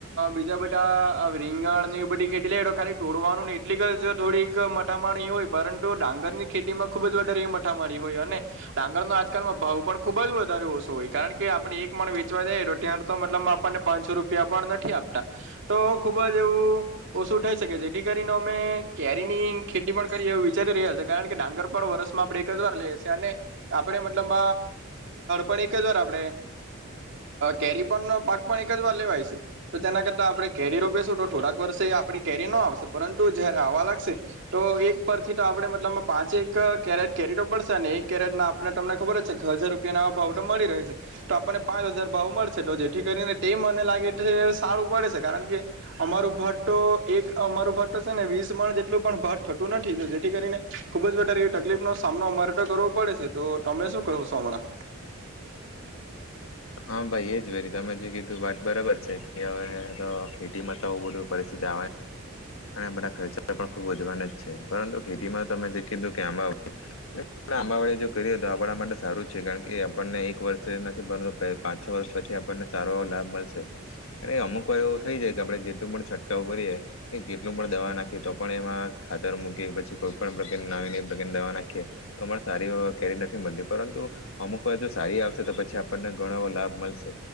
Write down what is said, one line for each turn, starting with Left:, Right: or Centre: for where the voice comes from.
Right: બીજા બધા ના રીંગણ બધી કેટલી ખાલી તોડવાનું ને એટલીક જ થોડીક મઠામાણી હોય પરંતુ ડાંગરની ખેતીમાં ખુબ જ વધારે એ મઠામારી હોય અને ડાંગરનો આજકાલમાં ભાવ પણ ખુબ જ ઓછો હોય કારણ કે આપડે એક મંણ વેચવા જાય ત્યાં તો મતલબ આપણને પાંચસો રૂપિયા પણ નથી આપતા. તો ખુબ જ એવું ઓછું થઈ શકે જેથી કરીને અમે કેરીની ખેતી પણ કરી એવુ વિચારી રહ્યા કારણ કે ડાંગર પણ વર્ષમાં આપણે એક જ વાર લઈએ અને આપણે મતલબ પણ એક જ વાર આપડે કેરી પણનો પાક પણ એક જ વાર લેવાય છે તો તેના કરતા આપડણે કેરી રોપીશું તો થોડાક વર્ષ આપણી કેરી ન આવશે પરંતુ જયારે આવવા લાગશે તો એક પરથી તો આપણે મતલબ પાંચેક કેરેટ કેરીનો પડશે એ કેરેટ ના આપડને તમને ખબર જ છે કે હજાર રૂ ભાવ તો મળી રહે છે તો આપણને પાંચ હજાર ભાવ મળશે તો જેથી કરીને તે મને લાગે છે સારું પડે છે કારણ કે અમારું ભાત તો એક અમારું ભાત તો છે ને વીસ પણ જેટલું પણ ભાત થતું નથી. જેથી કરીને ખુબ જ વધારે તકલીફ નો સામનો અમારે તો કરવો પડે છે તો તમે શું કરો છો હમણાં? <inaudible>
Left: હા ભાઈ એજ વેરી તમે જે કીધું વાત બરાબર છે કે હવે ખેતીમાં તો બધું પરિસ્થિતિ બધા ખર્ચા વધવાના છે પરંતુ ખેતીમાં તમે જે કીધું કે આમાં આંબાવાડે જો કરીએ તો આપણા માટે સારું જ છે કારણ કે આપણને એક વર્ષે નથી. પાં છ વર્ષ પછી આપણને સારો એવો લાભ મળશે અને અમુક વાર એવું થઈ જાય કે આપડે જેેટલું પણ છટકાવ <unintelligible> પણ દવા નાખીએ તો પણ એમાં ખાતર મૂકી પછી કોઈ પણ પ્રકારની નવી નાખી તો સારી કેરી નથી મળતી પરંતુ અમુક વાર જો સારી આવશે તો પછી આપણને ઘણો લાભ મળશે